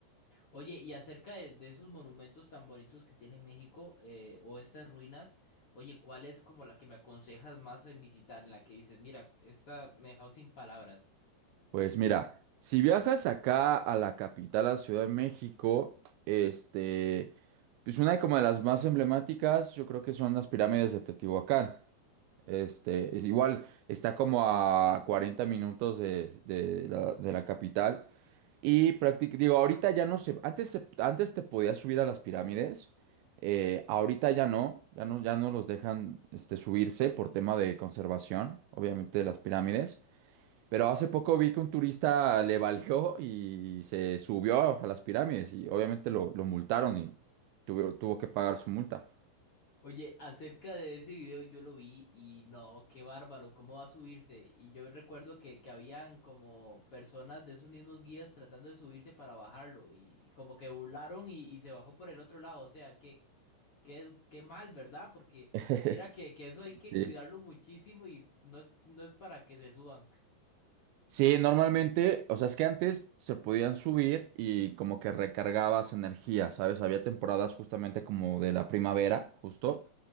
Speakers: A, on the left (about 50°); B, on the right (about 80°).
A: Oye, y acerca de, de esos monumentos tan bonitos que tiene México, eh, o estas ruinas, oye, ¿cuál es como la que me aconsejas más en visitar? En la que dices, mira, esta me ha dejado sin palabras.
B: Pues mira, si viajas acá a la capital, a la Ciudad de México, este, pues una como de las más emblemáticas, yo creo que son las pirámides de Teotihuacán. Este, es igual, está como a 40 minutos de, de la, de la capital. Y prácticamente, digo, ahorita ya no sé, antes, se- antes te podías subir a las pirámides, eh, ahorita ya no, ya no, ya no los dejan este, subirse por tema de conservación, obviamente, de las pirámides. Pero hace poco vi que un turista le valió y se subió a las pirámides y obviamente lo, lo multaron y tuvo, tuvo que pagar su multa.
A: Oye, acerca de ese video yo lo vi y no, qué bárbaro, ¿cómo va a subirse? Y yo recuerdo que, que habían como personas de esos mismos guías tratando de subirse para bajarlo y como que burlaron y, y se bajó por el otro lado. O sea, qué Qué, qué mal, ¿verdad? Porque
B: <laughs>
A: mira que, que eso hay que
B: Sí.
A: cuidarlo muchísimo y no es, no es para que se suban.
B: Sí, normalmente, o sea, es que antes se podían subir y como que recargabas energía, ¿sabes? Había temporadas justamente como de la primavera, justo,